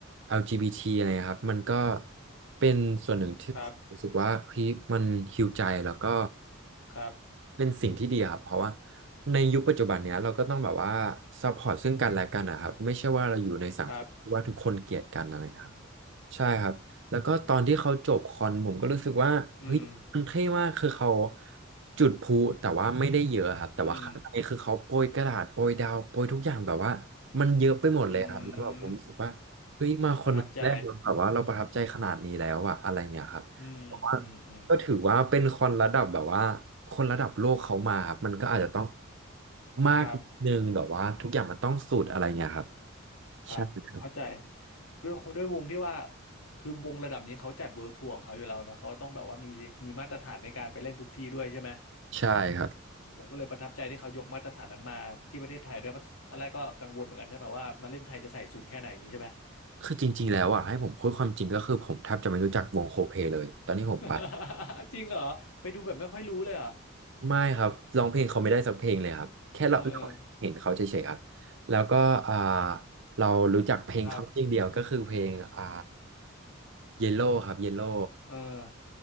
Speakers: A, on the right (about 60°); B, on the left (about 85°).
A: LGBT อลจีบีทีอะไรนะครับมันก็เป็นส่วนหนึ่งที่ผมรู้สึกว่าเฮ้ยมันฮีลใจแล้วก็
B: ครับ ครับ
A: เป็นสิ่งที่ดีอะครับเพราะว่าในยุคปัจจุบันเนี้ยเราก็ต้องแบบว่าซัพพอร์ตซึ่งกันและกันนะครับไม่ใช่ว่าเราอยู่ในสังคมที่ว่าทุกคนเกลียดกันอะไรครับ
B: ครับ
A: ใช่ครับแล้วก็ตอนที่เขาจบคอนผมก็รู้สึกว่าเฮ้ยมันเท่มากคือเขา
B: อืม
A: จุดพลุแต่ว่าไม่ได้เยอะครับแต่ว่าข้างในคือเขาโปรยกระดาษโปรยดาวโปรยทุกอย่างแบบว่า
B: อืม
A: มันเยอะไปหมดเลยครับแล้วแบบผมรู้สึกว่าเฮ้ยมาคอนแรกเราแบบว่าเราประทับใจขนาดนี้แล้วอะอะไรเงี้ยครับเพราะว่า
B: อืมประทับใจอืมอืมอืม
A: ก็ถือว่าเป็นคอนระดับแบบว่าคนระดับโลกเขามาครับมันก็อาจจะต้องมากนิดนึงแบบว่าทุกอย่างมันต้องสุดอะไรเงี้ยครับ
B: ครับครับเข้าใจ
A: ใช่ครับ
B: ด้วยด้วยวงที่ว่าคือวงระดับนี้เขาจัดเวิร์ทัวร์ของเขาอยู่แล้วนะ เขาต้องแบบว่ามีมีมาตรฐานในการไปเล่นทุกที่ด้วยใช่ไหม
A: ใช่ครับ
B: เราก็เลยประทับใจที่เขายกมาตรฐานนั้นมาที่ประเทศไทยด้วยเพราะตอนแรกก็กังวลเหมือนกันใช่ป่ะว่ามาเล่นไทยจะใส่สูตรแค่ไหนอย่างนี้ใช่ไหม
A: คือจริงๆแล้วอ่ะให้ผมพูดความจริงก็คือผมแทบจะไม่รู้จักวงโคเพเลยตอนนี้ผมไป
B: <laughs> จริงเหรอไปดูแบบไม่ค่อยรู้เลยเหรอ
A: ไม่ครับร้องเพลงเขาไม่ได้สักเพลงเลยครับแค่เรา
B: เออ
A: เห็นเขาเฉยๆครับแล้วก็อ่าเรารู้จักเพลงเขาเพลงเดียวก็คือเพลงอ่า
B: ครับ
A: เยลโล่ครับเยลโล่
B: เออ